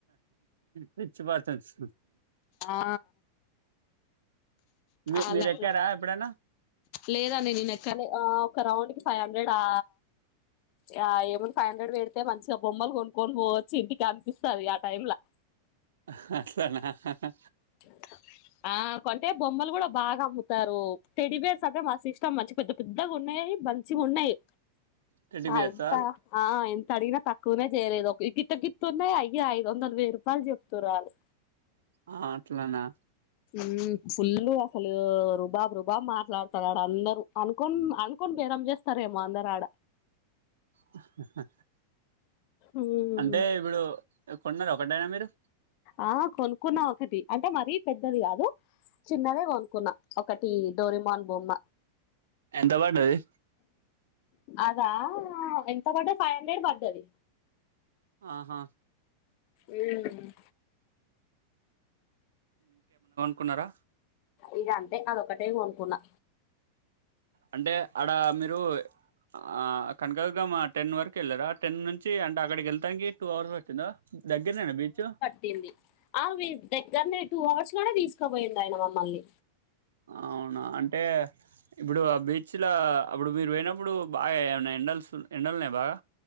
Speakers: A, on the right; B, on the left.
A: పిచ్చి పర్సన్స్
B: ఆ
A: మీ
B: అలా
A: మీరెక్కారా
B: అట్లా
A: ఎప్పుడైనా?
B: లేదండి నేను కానీ ఆ ఒక రౌండ్ కి ఫైవ్ హండ్రెడ్ ఆ యా ఏమైనా ఫైవ్ హండ్రెడ్ పెడితే మంచిగా బొమ్మలు కొనుకొని పోవచ్చు ఇంటికి అనిపిస్తది ఆ టైమ్ ల
A: హా అట్లానా హా హా
B: చ ఆ కొంటే బొమ్మలు కూడా బాగా అమ్ముతారు టెడ్డిబేర్స్ అంటే మస్తు ఇష్టం మంచి పెద్ద పెద్దగా ఉన్నాయి అయి మంచి గా ఉన్నాయి
A: టెడ్డీ
B: అ
A: బియర్సా?
B: ఎంత ఆ ఎంత అడిగిన తక్కువనే చేయలేదు ఒక గిట్ట గిన్ త ఉన్నాయి అయ్యా ఐదు వందలు వెయ్యి రూపాయలు చెప్తున్నాఆళ్ళు
A: ఆ అట్లానా
B: మ్ ఫుల్లు అసలు రుబాబ్ రుబాబ్ మాట్లాడుతారు ఆడ అందరు అనుకోని అనుకోని చె కం చేస్తారేమో అందరాడ
A: హా హా
B: మ్మ్
A: అంటే ఇప్పుడు ఎ కొన్నారా ఒకటైనా మీరు
B: ఆ కొనుక్కున్నా ఒకటి అంటే మరీ పెద్దది కాదు చిన్నదే కొనుక్కున్నా ఒకటి డోరేమోన్ బొమ్మ
A: ఎంత పడ్డది
B: అదా ఎంత పడ్డది ఫైవ్ హండ్రెడ్ పడ్డది
A: ఆహా
B: ఉ మ్
A: కున్నారా
B: ఇగ అంతే అదొక్కటే కొనుకున్నా
A: అంటే అడ మీరు ఆ కనకదుర్గామ్మ టెన్ వరకు ఎళ్ళరా టెన్ నుంచి అంటే అక్కడికి ఎళ్తానికి టూ అవర్స్ పట్టిందా దగ్గరనేనా బీచ్
B: టింది ఆ దగ్గరనే టూ అవర్స్ లోనె తీసుకొపోయిండు ఆయన మమ్మల్ని
A: అవునా అంటే ఇప్పుడు ఆ బీచ్‌ల అప్పుడు మీరు పోయినప్పుడు బాగా ఏమైనా ఎండల్స్ ఎండలునయా బాగా